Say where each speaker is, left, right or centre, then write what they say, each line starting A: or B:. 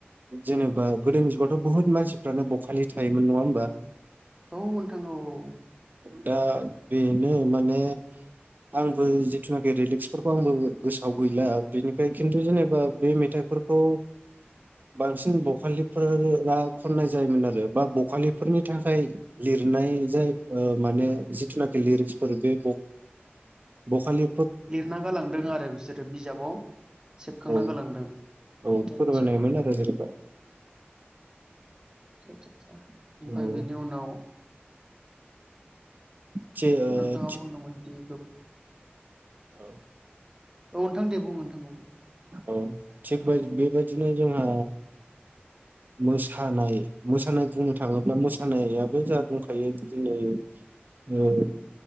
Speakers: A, on the right (about 45°); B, on the right (about 15°).
A: जेनेबा गोदोनि जुगावथ' बुहुत मानसिफ्रानो ब'खालि थायोमोन। नङा होनबा?
B: औ नोंथां औ औ
A: दा बेनो माने आं बो जिथुनाखि लिरिक्सफोरखौ आंबो गोसोआव गैया बेनिखाय खिन्थु जेनेबा बे मेथाइफोरखौ बांसिन बखालिफोरा खननाय जायोमोन आरो बा बखालिफोरनि थाखाय लिरनाय जाय माने ओ जिथुनाखि लिरिक्सफोर बे बखालि
B: लिरना गालांदों आरो बिसोरो बिजाबाव सेबखांना
A: औ
B: गालांदों।
A: औ फोरमायनायमोन
B: आदसा
A: आरो जेनेबा
B: आतसा आतसा ओमफ्राय
A: औ
B: बेनि उनाव
A: थि ओ
B: नोंथाङा बुंदोंमोन ज
A: औ
B: औ नोंथां दे बुं नोंथां बुं
A: औ थिख बेबायदिनो जोंहा मोसानाय मोसानाय बुंनो थाङोब्ला मोसानायाबो जा दंखायो दिनै ओ